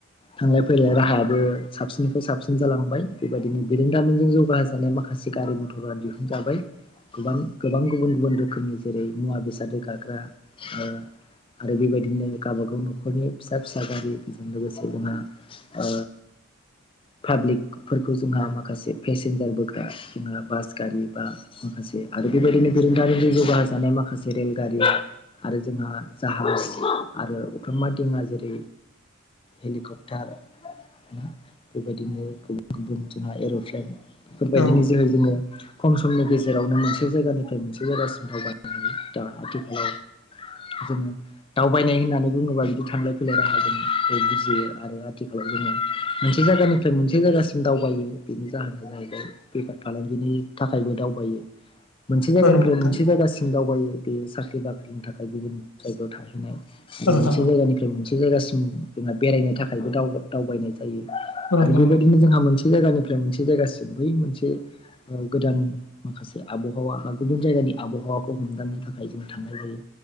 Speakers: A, on the left (about 25°); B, on the left (about 85°).
A: थांलाय फैलाय राहायाबो साबसिननिफ्राय साबसिन जालांबाय। बेबायदिनो बेरोंदामिजों जौगाहो जानाय माखासे गारि मथरा दिहुनजाबाय गोबां, गोबां गुबुन, गुबुन। रोखोमनि जेरै मुवा बेसाद रोगाग्रा ओ। आरो बेबायदिनो गावबागाव न'खरनि फिसा - फिसा गारिजों लोगोसे जोंहा। ओ पाब्लिक। फोरखौ जोंहा माखासे पेसेन्जार बोग्रा जोंहा बास गारि बा। माखासे आरो बेबायदिनो गोरोंदामिनजों जौगाहो जानाय माखासे रेलगारि। आरो जोंहा जाहाज आरो अख्रांमा दिङा जेरै हेलिकप्टार। ना बेबायदिनो गुबुन, गुबुन जोंहा एर'प्लेन। बेफोरबायदिनो
B: औ
A: जेरै जोंङो खम समनि गेजेरावनो मोनसे जायगानिफ्राय मोनसे। बै जायगासिम दावबायनो हायो दा आथिखालाव जोंङो। दावबायनाय होननानै बुङोबा बिदि थांलाय -फैलाय राहा जों बुजियो आरो आथिखालाव जोंङो मोनसे जायगानिफ्राय मोनसे जायगासिम दावबायो बेनि जाहोना जाहैबाय। बेफार, फालांगिनि थाखायबो दावबायो मोनसे जायगानिफ्राय।
B: औ नंगौ नोंथां
A: जायासिम दावबायो बेयो साख्रि- बाख्रिनि थाखाय गुबुन जायगायाव थाहैनाय आरो
B: औ नोंथां
A: मोनसे
B: औ
A: जायगानि मोनसे जायगासिम जोंहा बेरायनो थाखायबो दाव दावबायनाय जायो
B: औ नोंथां
A: आरो बेबायदिनो
B: औ
A: जोंहा मोनसे मोनसे जायगानिफ्राय मोनसे जायगासिम बै मोनसे ओ गोदान माखासे आबहावा। गुबुन जायगानि आबहावाखौ हमदांनो थाखाय जोंङो थांनाय जायो।